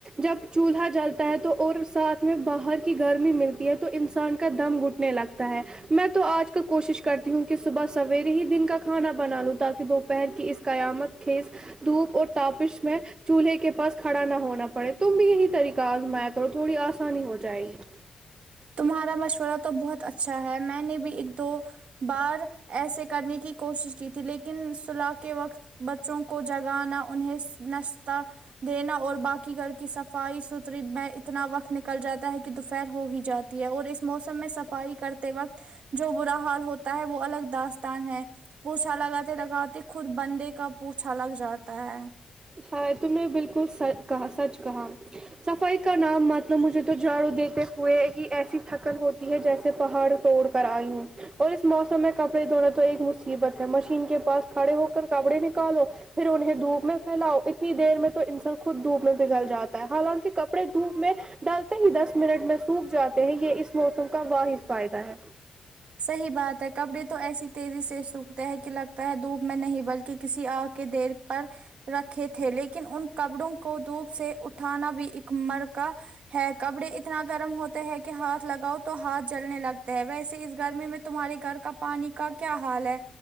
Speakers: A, on the right; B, on the right.
A: جب چولہا جلتا ہے تو اور ساتھ میں باہر کی گرمی ملتی ہے تو انسان کا دم گھٹ میں لگتا ہے میں تو آج کل کوشش کرتی ہوں کہ صبح سویرے ہی دن کا کھانا بنا لوں تاکہ پہر کی اس قیامت خیز دھوپ اور تاپش میں چولہے کے پاس کھڑا نہ ہونا پڑے تم بھی یہی طریقہ آزمایا کرو تھوڑی آسانی ہو جائے گی
B: تمہارا مشورہ تو بہت اچھا ہے میں نے بھی ایک دو بار ایسے کرنے کی کوشش کی تھی لیکن صلاح کے وقت بچوں کو جگانا انہیں نشتہ دینا اور باقی گھر کی صفائی ستھری میں اتنا وقت نکل جاتا ہے کہ دوپہر ہو ہی جا ہے اور اس موسم میں صفائی کرتے وقت جو برا حال ہوتا ہے وہ الگ داستان ہے پوچھا لگاتے لگاتے خود بندے کا پوچھا لگ جاتا ہے
A: ہائے تم نے بالکل سئی کہا سچ کہا صفائی کا نام مت لو مجھے تو جاڑو دیتے ہوئے ہی ایسی تھکن ہو تی ہے جیسے پہاڑ توڑ کر آئی ہوں اور اس موسم میں کپڑے دھونا تو ایک مصیبت ہے مشین کے پاس کھڑے ہو کر کپڑے نکالو پھر انہیں دھوپ میں پھیلاؤ اتنی دیر میں تو انسان خود دھوپ میں پگھل جاتا ہے حالانکی کپڑے دھوپ میں ڈالتے ہی دس منٹ میں سوکھ جاتے ہیں یے اس موسم کا واحد فائدہ ہے
B: صحیح بات ہے کپڑے تو ایسی تیزی سے سوکھتے ہیں کی لگتا ہے دھوپ میں نہیں بلکہ کسی آگ کے دیر پر رکھے تھے لیکن ان کپڑوں کو دھوپ سے اٹھانا بھی ایک مر کا ہے کپڑے اتنا گرم ہوتے ہے کہ ہاتھ لگاؤ تو ہاتھ جلنے لگتے ہے ویسے اس گرمی میں تمہارے گھر کا پانی کا کیا حال ہے